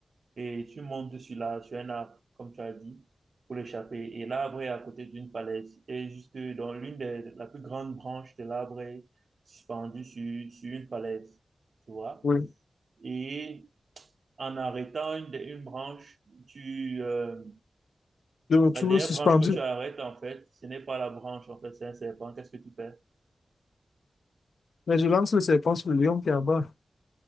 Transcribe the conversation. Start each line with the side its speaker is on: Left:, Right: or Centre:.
Right: et tu montes sur la, sur un arbre, comme tu as dit, pour l'échapper. Et l'arbre est à côté d'une falaise et juste dans l'une des, la plus grande branche de l'arbre est suspendue sur, sur une falaise, tu vois.
Left: oui.
Right: Et en arrêtant une, une branche, tu, euh,
Left: Je me trouve
Right: la dernière
Left: suspendu.
Right: branche que tu arrêtes, en fait, ce n'est pas la branche, en fait, c'est un serpent. Qu'est-ce que tu fais?
Left: Mais je lance le serpent sur le lion qui est en bas.